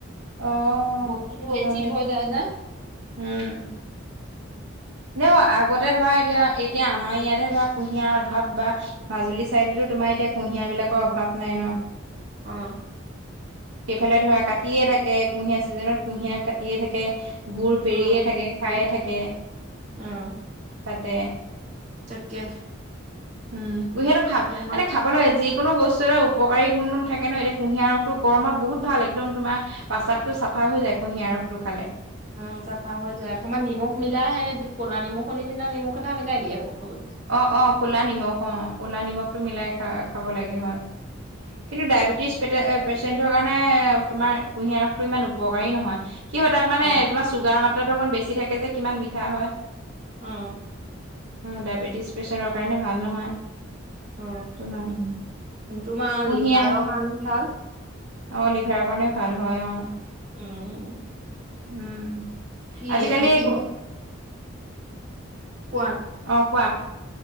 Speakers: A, on the right; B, on the right.
A: অ
B: বস্তুতটো
A: অ',
B: এচিড
A: সেই
B: হৈ যায় যে।
A: উম
B: উম <inaudible>
A: এনেও আগতে ধৰা এতিয়া এতিয়া আমাৰ ইয়াতেহে ধৰা কুঁহিয়াৰ অভাৱ বা- মাজুলী চাইডেতো তোমাৰ এতিয়া কুঁহিয়া বিলাকৰ অভাৱ নাই ন।
B: অঁ
A: সেইফালে ধৰা কাটিয়ে থাকে, কুঁহিয়াৰ ছিজনত কুঁহিয়াৰ কাটিয়ে থাকে। গুৰ পেৰিয়ে
B: অ
A: থাকে খায়ে থাকে।
B: উম
A: তাতে
B: তাকে
A: উম কুহিয়াটো খাব
B: তোমাক
A: মানে খাব- বোলে যিকোনো বস্তু এটা উপকাৰী গুণ থাকে ন এতিয়া কুঁহিয়াৰ ৰসটো গৰমত বহুত ভাল একদম তোমাৰ- প্ৰাস্ৰাৱটো চাফা হৈ যায় কুঁহিয়াৰ ৰসটো খালে।
B: অ চাফা হৈ যায় অকণমান নিমখ মিলাই কলা নিমখৰ নিচিনা নিমখ এটা মিলাই দিয়ে আকৌ খাবলৈ।
A: অঁ অঁ ক'লা নিমখ অঁ ক'লা নিমখটো মিলাই খা খাব লাগে হয়। কিন্তু ডায়েবেটিছে পেচেণ্টৰ কাৰণে তোমাৰ কুঁহিয়াৰ ৰসটো ইমান উপকাৰী নহয়। কি হয় তাত মানে
B: অ
A: তোমাৰ চুগাৰ মাত্ৰাটো অকণ বেছি থাকে যে কিমান মিঠা হয়।
B: উম।
A: ডায়েবেটিছ পেচেণ্টৰ কাৰণে ভাল নহয়।
B: অ
A: তোমাৰ কুঁহিয়াৰ-
B: তোমাৰ লিভাৰৰ কাৰণে ভাল
A: অ, লিভাৰৰ কাৰণেও ভাল হয়। অ'
B: উম'।
A: উম'
B: কি
A: আজিকালি
B: হেৰি
A: ক
B: কোৱা
A: অ‌ঁ কোৱা।